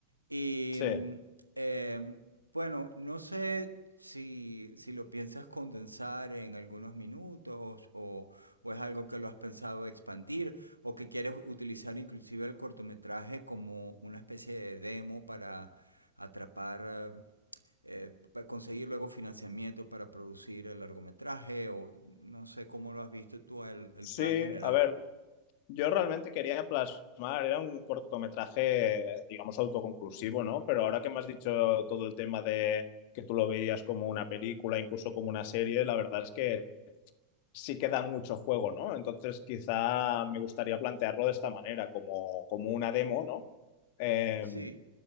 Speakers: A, on the right; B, on the left.
A: Y
B: Sí.
A: mm, em, bueno, no sé si, si lo piensas condensar en algunos minutos o, o es algo que lo has pensado expandir o que quieres utilizar inclusive el cortometraje como una especie de demo para atrapar, eh, eh, para conseguir luego financiamiento para producir el largometraje o no sé cómo lo has visto tú el, el
B: Sí,
A: plan general.
B: a ver, Yo realmente quería plasmar, era un cortometraje, digamos, autoconclusivo, ¿no? Pero ahora que me has dicho todo el tema de que tú lo veías como una película, incluso como una serie, la verdad es que sí queda mucho juego, ¿no? Entonces quizá me gustaría plantearlo de esta manera, como, como una demo, ¿no? Eh,
A: Sí,